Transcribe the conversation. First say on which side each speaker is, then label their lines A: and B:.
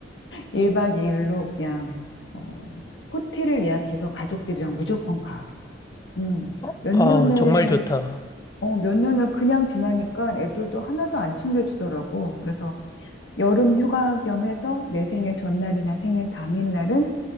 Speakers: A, on the left; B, on the left.
A: 1박 2일로 그냥 어, 호텔을 예약해서 가족들이랑 무조건 가. 음,
B: 어,
A: 몇
B: 아우,
A: 년을
B: 정말 좋다.
A: 어, 몇 년을 그냥 지나니까 애들도 하나도 안 챙겨주더라고. 그래서 여름 휴가 겸 해서 내 생일 전날이나 생일 당일날은